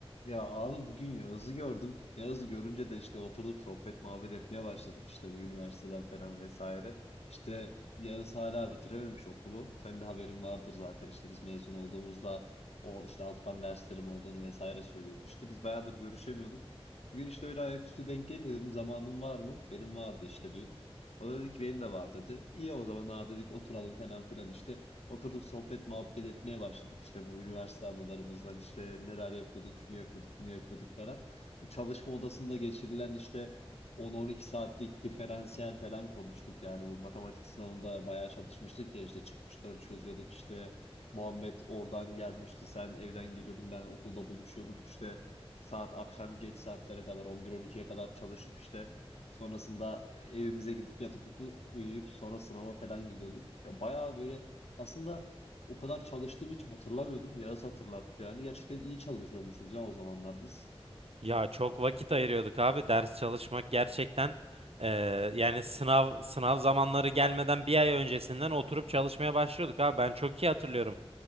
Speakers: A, on the left (about 85°); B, on the right (about 70°).
A: Ya abi bugün Yağız'ı gördüm. Yağız'ı görünce de işte oturduk sohbet muhabbet etmeye başladık işte bu üniversiteden falan vesaire. İşte Yağız hala bitirememiş okulu. Senin de haberin vardır zaten işte biz mezun olduğumuzda o işte alttan derslerim olduğunu vesaire söylüyordu. İşte biz bayağıdır görüşemiyorduk. Bugün işte öyle ayaküstü denk gelince dedim zamanın var mı? Benim vardı işte dün. O da dedi ki benim de var dedi. İyi o zaman abi dedik oturalım falan filan işte. Oturduk sohbet muhabbet etmeye başladık işte bu üniversite anılarımızdan işte neler yapıyorduk şunu yapıyorduk bunu yapıyorduk falan. Bu çalışma odasında geçirilen işte 10-12 saatlik diferansiyel falan konuştuk. Yani bu matematik sınavında bayağı çalışmıştık ya işte çıkmışları çözüyorduk işte Muhammed oradan gelmişti sen evden geliyordun ben okulda buluşuyorduk işte saat akşam geç saatlere kadar 11-12'ye kadar çalışıp işte sonrasında evimize gidip yatıp uku- uyuyup sonra sınava falan gidiyorduk. Ya bayağı böyle aslında o kadar çalıştığımı hiç hatırlamıyordum. Yağız hatırlattı yani. Gerçekten iyi çalışıyormuşuz ya o zamanlar biz.
B: Ya çok vakit ayırıyorduk abi. Ders çalışmak gerçekten eee, yani sınav sınav zamanları gelmeden bir ay öncesinden oturup çalışmaya başlıyorduk abi. Ben çok iyi hatırlıyorum.